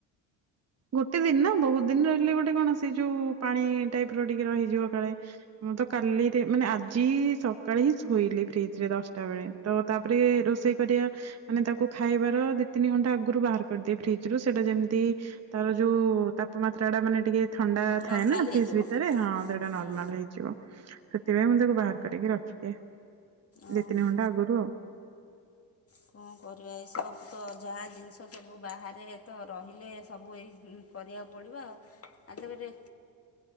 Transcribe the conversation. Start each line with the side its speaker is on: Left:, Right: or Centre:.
Right: ଗୋଟେ ଦିନ ନା ବହୁତ୍ ଦିନ ରହିଲେ ଗୋଟେ କଣ ସେ ଯୋଉ ପାଣି ଟାଇପ ର ଟିକେ ରହିଯିବ କାଳେ। ମୁଁ ତ କାଲିରେ ମାନେ ଆଜି ସକାଳେ ହିଁ ଶୋଇଲି ଫ୍ରିଜ ରେ ଦଶଟା ବେଳେ। ତ ତାପରେ ରୋଷେଇ କରିବା। ମାନେ ତାକୁ ଖାଇବାର ଦି ତିନି ଘଣ୍ଟା ଆଗରୁ ବାହାର କରିଦିଏ ଫ୍ରିଜ୍ ରୁ ସେଇଟା ଯେମିତି। ତାର ଯୋଉ ତାପମାତ୍ରା ଟା ମାନେ ଟିକେ ଥଣ୍ଡା
Left: ନର୍ମାଲ
Right: ଥାଏ ନା ନା ଫ୍ରିଜ୍
Left: ହେଇଯିବ
Right: ଭିତରେ ହଁ ସେଟା
Left: ହୁଁ
Right: ନର୍ମାଲ ହେଇଯିବ। ସେଥିପାଇଁ ମୁଁ ତାକୁ ବାହାର କରିକି ରଖିଦିଏ
Left: ଓହୋ।
Right: ଦିଇ ତିନି ଘଣ୍ଟା ଆଗରୁ ଆଉ।
Left: କଣ କରିବା ଏସବୁ ତ ଯାହା ଜିନିଷ। ତ ସବୁ ବାହାରେ ତ ରହିଲେ ସବୁ ଏଇ କରିବାକୁ ପଡ଼ିବ ଆଉ। ଆ ତାପରେ।